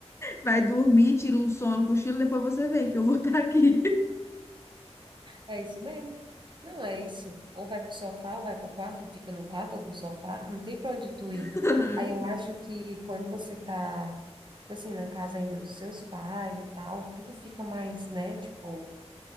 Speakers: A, on the left; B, on the right.
A: Vai dormir, tira um sono, cochilo, depois você vem, que eu vou estar aqui.
B: É isso mesmo. Não, é isso. Ou vai pro sofá, ou vai pro quarto, fica no quarto ou no sofá, não tem pra onde tu ir.
A: <laughs> Aham.
B: Aí eu acho que quando você tá, tipo assim, na casa ainda dos seus pais e tal, tudo fica mais, né, tipo,